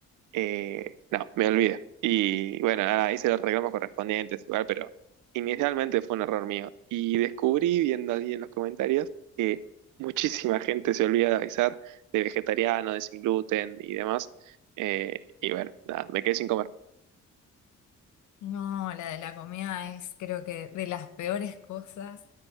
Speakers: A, on the right (about 80°); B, on the left (about 75°).
A: Eh, no, me olvidé. Y bueno, nada, hice los reclamos correspondientes igual, pero inicialmente fue un error mío. Y descubrí, viendo allí en los comentarios, que muchísima <laughs> gente se olvida de avisar de vegetariano, de sin gluten y demás. Eh, y bueno, nada, me quedé sin comer.
B: No, la de la comida es creo que de las peores cosas.